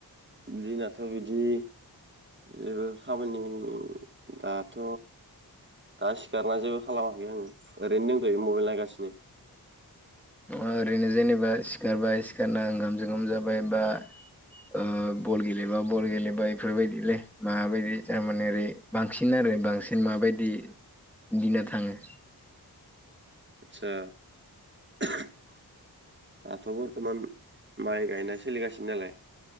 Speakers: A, on the right; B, in the centre.
A: दिना थ' बिदि जेबो खामानि दाथ' दा सिखारना जेबो खालामाखै आङो ओरैनो दंथयो मबाइल नायगासिनो।
B: ओरैनो जेनेबा सिखारबाय सिखारना ओंगाम सोंखाम जाबाय बा ओ बल गेलेबा बल गेलेबा इफोरबायदिलै माबायदि थारमाने ओरै बांसिन आरो बांसिन माबायदि दिना थाङो?
A: आतसा दाथ' बरथमान माइ गायनाय सोलिगासिनो नालाय